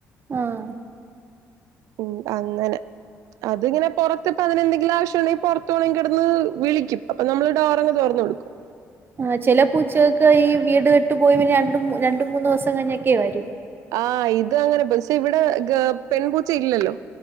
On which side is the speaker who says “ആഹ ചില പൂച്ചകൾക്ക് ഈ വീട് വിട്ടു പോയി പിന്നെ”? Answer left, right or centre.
Right